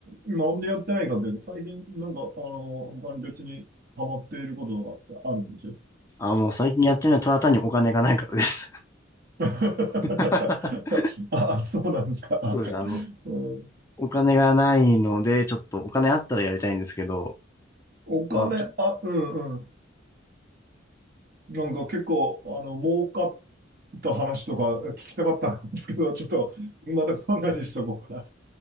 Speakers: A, on the right; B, on the left.
A: なんでやってないかっていうと、最近なんか、あの、他に別にハマっていることとかってあるんですよ。
B: あ、もう最近やってるのはただ単にお金がないからです。
A: <laughs>
B: <laughs>
A: あ、そうなんですか。
B: そうです。あの、
A: うん、
B: お金がないので、ちょっとお金あったらやりたいんですけど、
A: お金、
B: まあ、
A: あ、うんうん。なんか結構、あの、儲かった話とか聞きたかったんですけど、ちょっと、またこんなにしとこうか